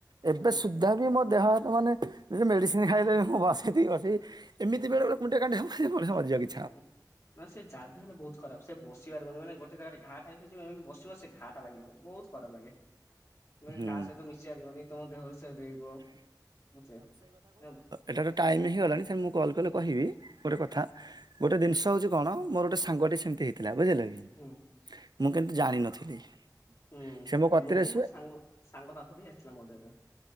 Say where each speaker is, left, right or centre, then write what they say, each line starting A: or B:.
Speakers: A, on the right; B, on the left.
A: ଏବେ
B: ହୁଁ
A: ସୁଧ ଧା ବି ମୋ ଦେହ ହାତ ମାନେ ମେଡ଼ିସିନ ଖାଇଲେ ବି ମୁଁ ବାସି ଥିବି ବସି ଏମିତି ବେଳେବେଳେ କୁ କାଣ୍ଡି ହବଜେ ମଣିଷ <unintelligible>
B: ହଁ। ନା ସେ ଜାଦୁ ହେଲେ ବହୁତ ଖରାପ ସେ ବସି ପାରିବନି ମାନେ ଗୋଟେ ଜାଗାରେ ଘାଆ ଟାଇପ ହୋଇଥିବ ବସିବ ସେ ଘାଆଟା ଲାଗିବ। ବହୁତ ଖରାପ ଲାଗେ। ନା
A: ହୁଁ।
B: କାହା ସହିତ ମିଶି ପାରିବନି ତମ ଦେହରୁ ସେ ଡେଇବ ପଛେ <unintelligible>
A: ଏଥର ଟାଇମ୍ ହେଇଗଲାଣି ସେ ମୁଁ କଲ୍ କଲେ କହିବି, ଗୋଟେ କଥା ଗୋଟେ ଜିନିଷ ହେଉଛି
B: ହୁଁ
A: କଣ ମୋର ଗୋଟେ ସା ସାଙ୍ଗଟେ ସେମିତି ହେଇଥିଲା ବୁଝିଲ କିି?
B: ହୁଁ।
A: ମୁଁ କିନ୍ତୁ ଜାଣିନଥିଲି?
B: ହୁଁ।
A: ସେ ମୋ କତିରେ
B: ମୁଁ ବି
A: ଶୁଏ
B: ମୋ ସାଙ୍ଗ ସାଙ୍ଗ ପାଖରୁ ଆସିଲା ମୋ ଦେହରେ